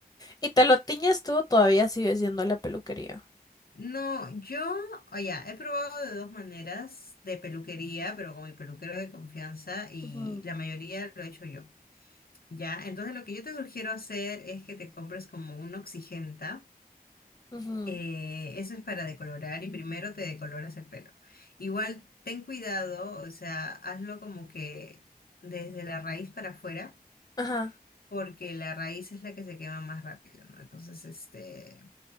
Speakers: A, on the left (about 25°); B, on the left (about 70°).
A: Y te lo tiñes tú, todavía sigues yendo a la peluquería.
B: No, yo, oye, he probado de dos maneras de peluquería, pero con mi peluquero de confianza y
A: Ujú.
B: la mayoría lo he hecho yo, ¿ya? Entonces lo que yo te sugiero hacer es que te compres como un oxigenta,
A: Ujú.
B: eh, eso es para decolorar y primero te decoloras el pelo. Igual ten cuidado, o sea, hazlo como que desde la raíz para afuera,
A: Ajá,
B: porque la raíz es la que se quema más rápido, ¿no? Entonces, este...